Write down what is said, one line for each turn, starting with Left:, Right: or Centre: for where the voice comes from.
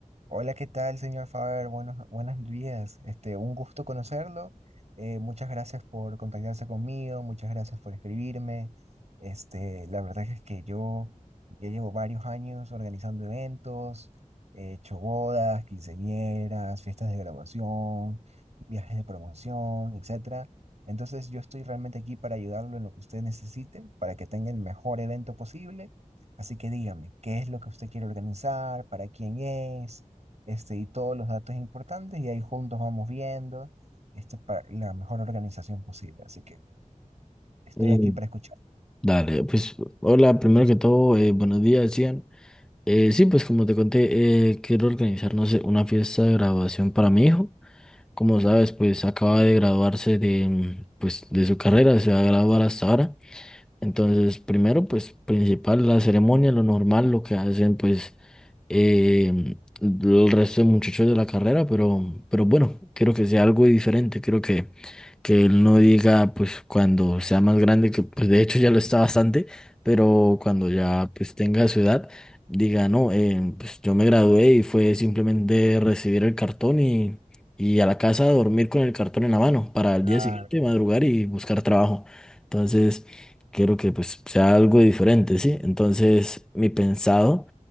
Right: Hola, ¿qué tal, señor Faber? Buenos, buenos días. Este, un gusto conocerlo. Eh, muchas gracias por contactarse conmigo, muchas gracias por escribirme. Este, la verdad es que yo ya llevo varios años organizando eventos, he hecho bodas, quinceañeras, fiestas de graduación, viajes de promoción, etcétera. Entonces, yo estoy realmente aquí para ayudarlo en lo que usted necesite, para que tenga el mejor evento posible. Así que dígame, ¿qué es lo que usted quiere organizar? ¿Para quién es? este, y todos los datos importantes y ahí juntos vamos viendo este, para la mejor organización posible. Así que estoy
Centre: Mm,
Right: aquí para escuchar.
Centre: Dale, pues hola, primero que todo, eh, buenos días, Ian. Eh, sí, pues como te conté, eh, quiero organizar, no sé, una fiesta de graduación para mi hijo. Como sabes, pues acaba de graduarse de, mm, pues, de su carrera, se va a graduar hasta ahora. Entonces, primero, pues principal, la ceremonia, lo normal, lo que hacen, pues eh, el resto de muchachos de la carrera, pero, pero bueno, quiero que sea algo diferente, quiero que, que él no diga, pues cuando sea más grande, que pues de hecho ya lo está bastante, pero cuando ya pues tenga su edad, diga, no, eh, pues yo me gradué y fue simplemente recibir el cartón y, y a la casa a dormir con el cartón en la mano para el
Right: Claro,
Centre: día siguiente madrugar y buscar trabajo. Entonces, quiero que pues sea algo diferente, ¿sí? Entonces, mi pensado